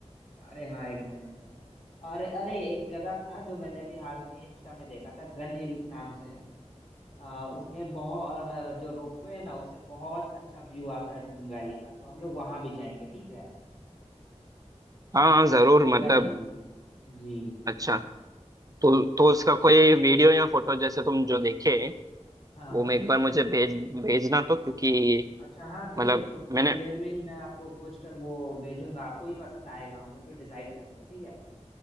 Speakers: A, on the left (about 65°); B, on the right (about 30°).
A: अरे हाँ एकदम एकदम और अरे एक जगह था जो मैंने अभी हाल में ही इंस्टा में देखा था गन हिल नाम से है आ, उसमें बहुत जो रोपवे है ना उससे बहुत अच्छा व्यू आता है डून वैली का तो हम लोग वहां भी जाएंगे ठीक है
B: हाँ हाँ जरूर मतलब
A: गन हिल जी
B: अच्छा तो तो उसका कोई वीडियो या फोटो जैसे तुम जो देखे
A: हाँ
B: वो मैं एक बार मुझे भेज भेजना तो क्योंकि
A: अच्छा हाँ ठीक
B: मतलब
A: है तो थोड़े
B: मैंने
A: देर में ही मैं आपको खोज कर वो भेजूंगा आपको ही पसंद आएगा हम लोग फिर डिसाइड करेंगे ठीक है